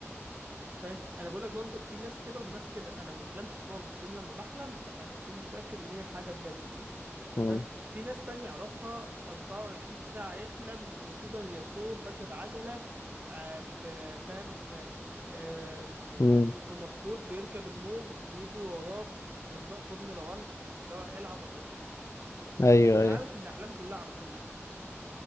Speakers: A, on the right; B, on the left.
A: فاهم انا بقول لك برضه في ناس كده وفي ناس كده انا ما بحلمش خالص يوم لما بحلم بح- بكون متاكد ان هي حاجه بجد
B: مم.
A: فاهم في ناس تانية أعرفها 24 ساعة يحلم إن في ديناصور راكب عجلة آه، ب- فاهم آه، ب-
B: مم.
A: في مطروح بيركب الموج بيجري وراه في سباق فورمولا 1 اللي هو إيه العبط ده؟
B: ايوه
A: ده
B: ايوه
A: عارف إن أحلامه كلها عبثية